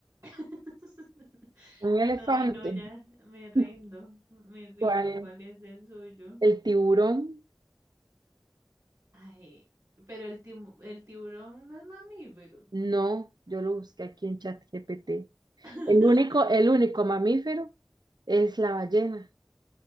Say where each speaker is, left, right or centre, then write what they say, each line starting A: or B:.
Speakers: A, on the right (about 40°); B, on the right (about 55°).
A: <laughs>
B: un elefante.
A: Bueno, Dino, ya me rindo,
B: <laughs>
A: me rindo.
B: ¿Cuál?
A: ¿Cuál es el suyo?
B: El tiburón.
A: Ay, pero el, timu- el tiburón no es mamífero.
B: No, yo lo busqué aquí en ChatGPT.
A: <laughs>
B: El único, el único mamífero es la ballena.